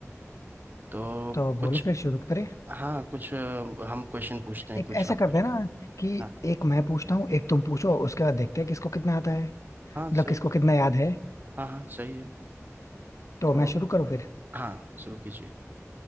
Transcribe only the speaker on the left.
तो
बोलो फिर शुरू करें
एक
ऐसा
करते
हैं ना कि
एक मैं पूछता हूँ एक तुम पूछो उसके बाद देखते हैं किसको कितना आता है मतलब
किसको कितना याद है
तो
मैं शुरू करूँ फिर